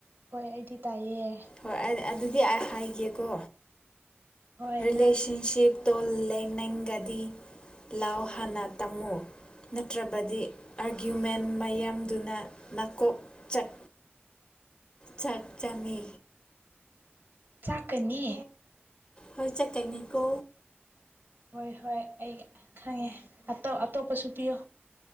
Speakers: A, on the right; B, on the left.
A: ꯍꯣꯏ ꯑꯩꯗꯤ ꯇꯥꯏꯌꯦ
B: ꯍꯣꯏ ꯑꯗꯨꯗꯤ ꯑꯩ ꯍꯥꯏꯒꯦꯀꯣ
A: ꯍꯣꯏ
B: ꯔꯤꯂꯦꯁꯟꯁꯤꯞ
A: ꯅꯪ
B: ꯇꯣꯜ ꯂꯩ ꯅꯪꯒꯗꯤ ꯂꯥꯎ ꯍꯥꯟꯅ ꯇꯝꯃꯨ ꯅꯠꯇ꯭ꯔꯕꯗꯤ ꯑꯥꯔꯒ꯭ꯌꯨꯃꯦꯟ ꯃꯌꯥꯝꯗꯨꯅ ꯅꯥꯀꯣꯛ ꯆꯠ ꯆꯠ ꯆꯅꯤ
A: ꯆꯥꯛꯀꯅꯤ
B: ꯍꯣꯏ ꯆꯠꯀꯅꯤꯀꯣ
A: ꯍꯣꯏ ꯍꯣꯏ ꯑꯩ ꯈꯪꯉꯦ ꯑꯇꯣꯞꯄꯁꯨ ꯄꯤꯌꯣ